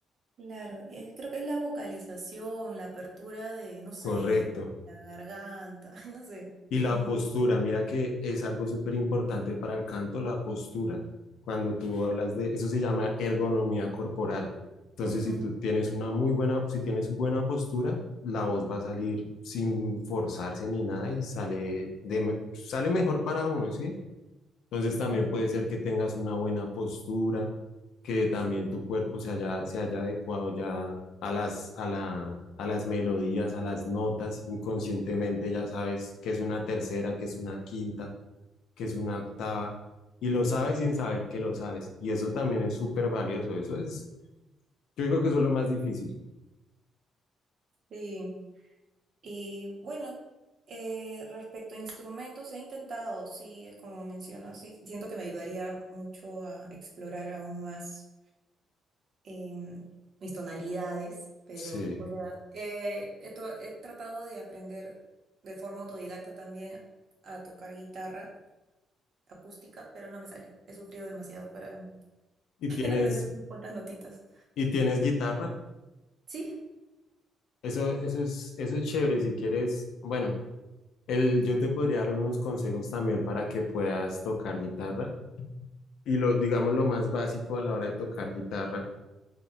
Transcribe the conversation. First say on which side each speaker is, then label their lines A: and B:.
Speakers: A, on the right; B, on the left.
A: claro. es- creo que es la vocalización, la apertura de, no sé,
B: Correcto.
A: de la garganta, <laughs> ay, no sé.
B: Y la
A: Mm,
B: postura, mira que es algo súper importante para el canto, la postura. Cuando tú hablas de, eso se llama ergonomía corporal. Entonces,
A: ujú.
B: si tú tienes una muy buena, si tienes buena postura, la voz va a salir sin forzarse ni nada y sale de, me- sale mejor para uno, ¿sí? Entonces también
A: Correcto.
B: puede ser que tengas una buena postura, que también tu cuerpo se haya, se haya adecuado ya a las, a la, a las melodías, a las notas. Inconscientemente ya sabes que es una tercera, que es una quinta, que es una octava, y lo sabes sin saber que lo sabes. Y eso también es súper valioso. Eso es, yo digo que eso es lo más difícil.
A: Sí. Y bueno, eh, respecto a instrumentos, he intentado, sí, es como mencionas, sí, siento que me ayudaría mucho a explorar aún más em, mis tonalidades, pero,
B: Sí.
A: o sea, eh, he, to- he tratado de aprender de forma autodidacta también a tocar guitarra acústica, pero no me sale. He sufrido demasiado para,
B: Y
A: <laughs>
B: tienes,
A: para aprender unas cuantas notitas.
B: y tienes guitarra.
A: Sí,
B: Eso, eso es, eso es chévere si quieres, bueno. El, yo te podría dar unos consejos también para que puedas tocar guitarra. Y lo, digamos, lo más básico a la hora de tocar guitarra